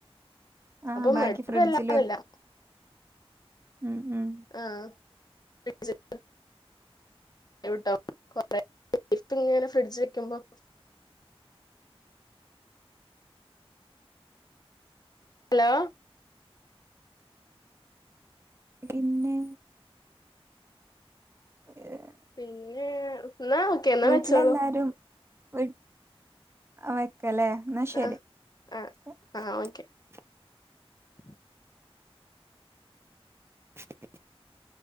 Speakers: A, on the right (about 25°); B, on the left (about 40°).
A: ആ
B: അപ്പം
A: ബാക്കി
B: മടുപ്പ്
A: ഫ്രിഡ്ജിലും
B: വരാറില്ല-
A: ഒക്കെ. ഉം, ഉം.
B: ആ ഫ്രിഡ്ജ്- <unintelligible> എട്ത്തിങ്ങിനെ ഫ്രിഡ്ജ് വയ്ക്കുമ്പോ- ഹലോ
A: പിന്നെ <unintelligible>
B: <unintelligible> എന്നാ ഒക്കെ അല്ലേ
A: വീട്ടിലെല്ലാരും
B: വച്ചോളു
A: <unintelligible> <unintelligible>
B: ആഹ് ആഹ് ആഹ് ഓക്കെ <unintelligible>
A: <unintelligible>